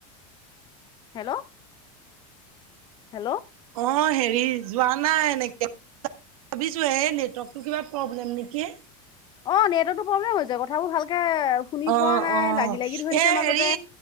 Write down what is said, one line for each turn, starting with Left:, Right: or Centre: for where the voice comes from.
Left: হেল্ল'। হেল্ল'।
Right: অ' হেৰি যোৱা নাই এনেকে, ভাবিছোঁ হে নেটৱৰ্কটো কিবা প্ৰব্লেম নেকি।
Left: অ' নেটৱৰ্তটো প্ৰব্লেম হৈছে, কথাবোৰ ভালকে শুনি
Right: অ',
Left: পোৱা নাই
Right: অ'
Left: লাগি লাগি ধৰিছে
Right: এ,
Left: মাজতে
Right: হেৰি